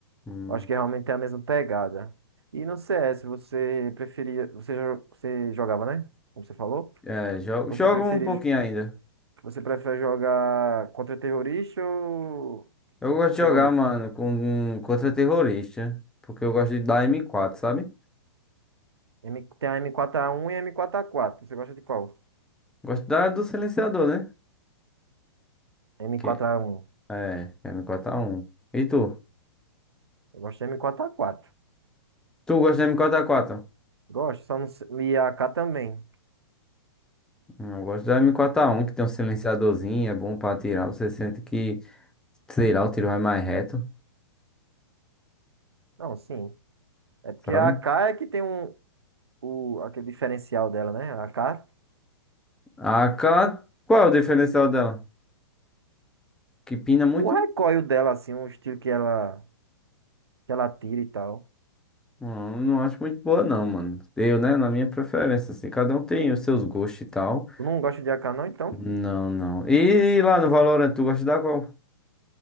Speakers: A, in the centre; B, on the right.
A: Hum,
B: Eu acho que realmente é a mesma pegada. E no CS, você preferia. Você, jo- você jogava, né? Como você falou?
A: é, jogo,
B: Você
A: jogo
B: prefere,
A: um pouquinho ainda.
B: você prefere jogar contra terrorista ou
A: Eu gosto de
B: terrorista?
A: jogar, mano, com contra terrorista. Porque eu gosto de dar m quatro sabe?
B: M- Tem a M4A1 e a M4A4. Você gosta de qual?
A: Gosto da do silenciador, né?
B: M4A1.
A: Que, é, m quatro a um E tu?
B: Eu gosto de M4A4.
A: Tu gosta de m quatro a quatro
B: Gosto, só não sei. E a AK também.
A: Hum, Eu gosto da M4A1, que tem um silenciadorzinho, é bom pra atirar. Você sente que, sei lá, o tiro vai mais reto,
B: Não, sim. É porque
A: sabe?
B: a AK é que tem um, o, aquele diferencial dela, né? A AK,
A: A AK, qual é o diferencial dela? Que pina muito?
B: o recoil dela, assim, o estilo que ela, que ela tira e tal.
A: Não, não acho muito boa, não, mano. Eu, né, na minha preferência, assim, cada um tem os seus gostos e tal.
B: Tu não gosta de AK, não, então?
A: Não, não. E lá no Valorant, tu gosta da qual?